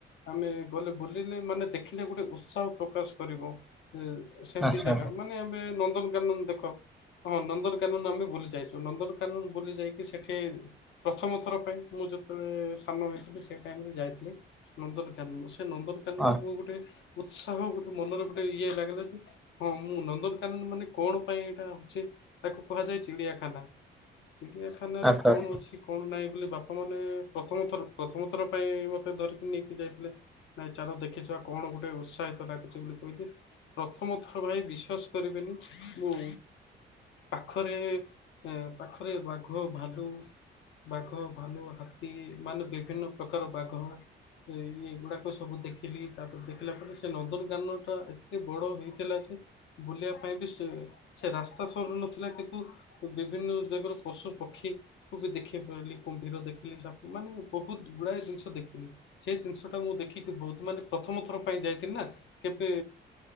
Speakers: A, on the left; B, in the centre.
A: ଆମେ ଗଲେ ବୁଲିଲେ ମାନେ ଦେଖ ଗୋଟେ ଉତ୍ସାହ ପ୍ରକାଶ କରିବ ସେମତି
B: ଆଚ୍ଛା
A: ଜାଗା ମାନେ ଏବେ ନନ୍ଦନକାନନ ଦେଖ ହଁ ନନ୍ଦନକାନନ ଆମେ ବୁଲି ଯାଇଛୁ ନନ୍ଦନକାନନ ବୁଲି ଯାଇକି ସେଠି ପ୍ରଥମ ଥର ପାଇଁ ମୁଁ ଯେତେବେଳେ ସାନ ହେଇଥିଲି ସେ ଟାଇମରେ ଯାଇଥିଲି। ନନ୍ଦନକାନନ ସେ ନନ୍ଦନକାନନ
B: ହଁ
A: ମୋ ଗୋଟେ ଉତ୍ସାହ ଗୋଟେ ମନରେ ଗୋଟେ ଇଏ ଲାଗିଲା ଯେ ହଁ ମୁଁ ନନ୍ଦନକାନନ ମାନେ କଣ ପାଇଁ ଏଇଟା ହଉଛି ତାକୁ କୁହାଯାଏ ଚିଡିଆଖାନା ଚିଡ଼ିଆଖାନାରେ
B: ଆଚ୍ଛା
A: କଣ
B: ଆଚ୍ଛା
A: ଅଛି? କଣ ନାଇଁ ବୋଲି ବାପା ମାନେ ପ୍ରଥମ ଥର ପ୍ରଥମଥର ପାଇଁ ମତେ ଧରିକି ନେଇକି ଯାଇଥିଲେ ନାଇଁ ଚାଲ ଦେଖିବା କଣ ଗୋଟେ ଉତ୍ସାହିତ ଲାଗୁଛି ବୋଲି। କ ପ୍ରଥମ ଥର ଭାଇ ବିଶ୍ଵାସ କରିବେନି ମୁଁ ପାଖରେ ପାଖରେ ବାଘ ଭାଲୁ ବାଘ ଭାଲୁ ହାତୀ ମାନେ ବିଭିନ୍ନ ପ୍ରକାର ବାଘ ଇ ଏଗୁଡାକ ସବୁ ଦେଖିଲି। ତାପରେ ଦେଖିଲା ପରେ ସେ ନନ୍ଦନ ଗାନ ଟା ଏତେ ବଡ ହେଇଥିଲା ଯେ ବୁଲିବା ପାଇଁ ବି ସେ ସେ ରାସ୍ତା ସରୁ ନଥିଲା କିନ୍ତୁ ବିଭିନ୍ନ ଦିଗର ପଶୁ ପକ୍ଷୀ ଖୁ ବି ଦେଖି ପାରିଲି କୁମ୍ଭୀର ଦେଖିଲି ସବୁ ମାନେ ବହୁତ୍ ଗୁଡ଼ାଏ ଜିନିଷ ଦେଖିଲି। ସେଇ ଜିନିଷ ଟା ମୁଁ ଦେଖିକି ବହୁତ୍ ମାନେ ପ୍ରଥମ ଥର ପାଇଁ ଯାଇଥିଲି ନା କେବେ